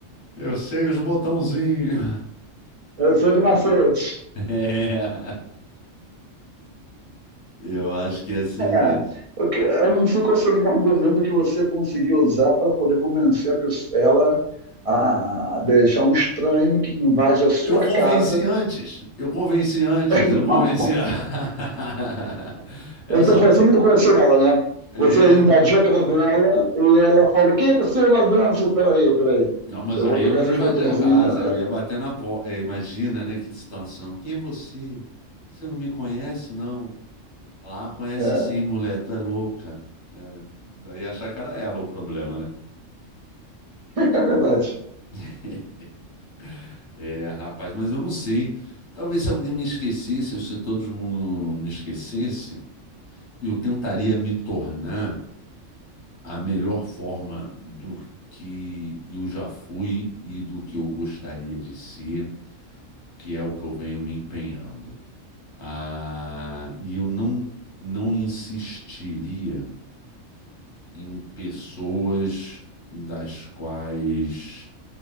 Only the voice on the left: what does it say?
Eu sei os botãozinhos.
<laughs> É, eu acho que ia ser
isso.
Eu convenci
antes, eu convenci antes,
eu convenci a... <laughs> essa.
É.
Não, mas
aí
eu não invadia
a casa, eu ia bater na porta. Imagina, né, que situação. Quem é você? Você não me conhece, não? Lá, conhece
sim,
mulher, tu é louca. É, daí ia achar que era ela o problema, né?
<laughs> É, rapaz, mas eu não sei. Talvez se alguém me esquecesse, ou se todo mundo me esquecesse, eu tentaria me tornar a melhor forma do que eu já fui e do que eu gostaria de ser, que é o que eu venho me empenhando. Ah, e eu não, não insistiria em pessoas das quais